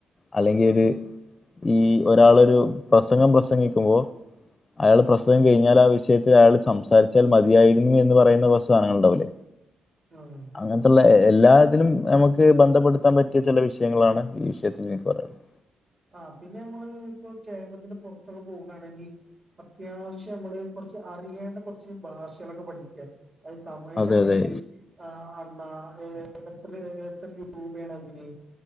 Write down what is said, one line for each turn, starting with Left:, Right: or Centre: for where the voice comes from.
Left: അല്ലെങ്കി
Right: ആഹ്
Left: ഒരു ഈ ഒരാളൊരു പ്രസംഗം പ്രസംഗിക്കുമ്പോ അയാള് പ്രസംഗം കഴിഞ്ഞാല് ആ വിഷയത്തിൽ അയാൾ സംസാരിച്ചാൽ മതിയായിരുന്നു എന്ന് പറയുന്ന കുറച്ച് സാധനങ്ങൾ ഉണ്ടാവില്ലേ
Right: ആഹ്
Left: അങ്ങനത്തുള്ള എല്ലാതിലും നമുക്ക് ബന്ധപ്പെടുത്താൻ പറ്റിയ ചെല വിഷയങ്ങളാണ് ഈ വിഷയത്തിൽ എനിക്ക് പറയാനുള്ളത്
Right: ആഹ് പിന്നെ നമ്മള് ഇപ്പൊ കേരളത്തിന് പുറത്തൊക്കെ പോകുകയാണെങ്കിൽ അത്യാവശ്യം നമ്മള് കുറച്ച് അറിയേണ്ട കുറച്ച് ഭാഷകളൊക്കെ പഠിക്കുക അത് തമിഴിലാണെങ്കി
Left: അതെ അതെ
Right: അണ്ണാ അണ്ണാ ഏ എത്ര എത്ര രൂപയാണ് അതിന്